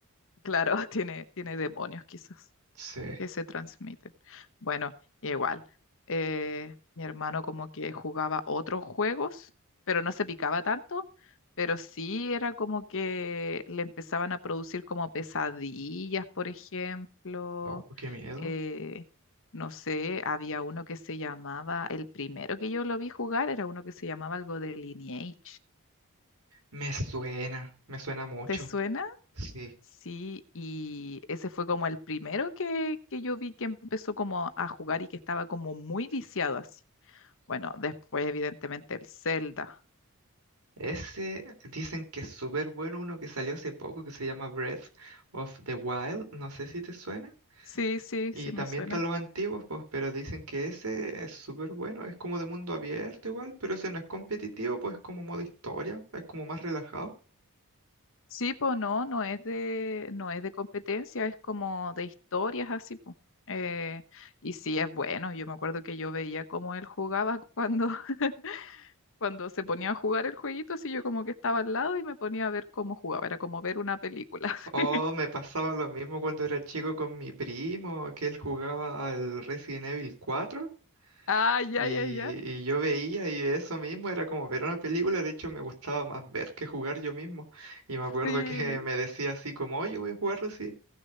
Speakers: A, on the left (about 60°); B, on the right (about 75°).
A: claro, tiene, tiene demonios quizás.
B: Sí.
A: que se transmiten. Bueno, igual, eh, mi hermano como que jugaba otros juegos, pero no se picaba tanto, pero sí era como que le empezaban a producir como pesadillas, por ejemplo.
B: Oh, qué miedo.
A: eh, no sé, había uno que se llamaba, el primero que yo lo vi jugar era uno que se llamaba algo de Lineage.
B: Me suena, me suena mucho.
A: ¿Te suena?
B: Sí.
A: Sí, y ese fue como el primero que, que yo vi que empezó como a jugar y que estaba como muy viciado así. Bueno, después evidentemente el Zelda.
B: Ese dicen que es súper bueno uno que salió hace poco que se llama Breath of the Wild. No sé si te suena.
A: Sí, sí,
B: Y
A: sí
B: también
A: me suena.
B: están los antiguos, pues, pero dicen que ese es súper bueno. Es como de mundo abierto igual, pero ese no es competitivo, pues como modo historia. Es como más relajado.
A: Sí, pues no, no es de, no es de competencia, es como de historias así, pues. Eh, y sí, es bueno. Yo me acuerdo que yo veía cómo él jugaba cuando, <laughs> cuando se ponía a jugar el jueguito, así yo como que estaba al lado y me ponía a ver cómo jugaba. Era como ver una película.
B: Oh,
A: <laughs>
B: me pasaba lo mismo cuando era chico con mi primo, que él jugaba al Resident Evil 4.
A: Ah, ya,
B: Y,
A: ya, ya.
B: y yo veía y eso mismo era como ver una película, de hecho me gustaba más ver que jugar yo mismo. Y me acuerdo
A: Sí.
B: que <laughs> me decía así como, oye, voy a jugar Resident,